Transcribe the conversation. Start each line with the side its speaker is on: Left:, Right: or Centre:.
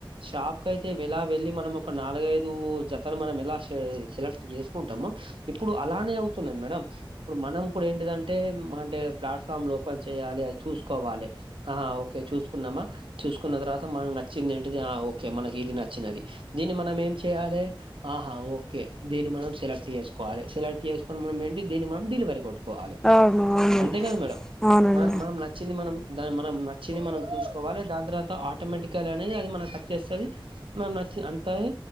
Right: షాప్ కయితే వెలా వెళ్ళి మనం ఒక నాలుగైదు జతలు మనం ఎలా సె సెలెక్ట్ జేసుకుంటమో ఇప్పుడు అలానే అవుతున్నది మేడం ఇప్పుడు మనం కూడ ఏంటిదంటే అంటే ప్లాట్ఫామ్లు ఓపెన్ చెయాలె అది చూసుకోవాలె ఆ ఓకే చూసుకున్నమా చూసుకున్న తర్వాత మనకు నచ్చింది ఏంటది ఆ ఓకే మనకి ఇది నచ్చినది దీన్ని మనం ఏం చెయాలే ఆహా ఓకే దీన్ని మనం సెలెక్ట్ చేసుకోవాలె సెలెక్ట్ చేసు ఇపుడు మనమేంటి దీన్ని మనం డిలివరీ గొట్టుకోవాలె
Centre: అవును అవును
Right: అంతే గద మేడం
Centre: అవునండి
Right: మన మనం నచ్ నచ్చింది మనం దా మనం నచ్చింది మనం చూసుకోవాలె దాని తర్వాత ఆటోమేటికలనే అది మనక్ అచ్చేస్తది మనక్ నచ్చి అంతయే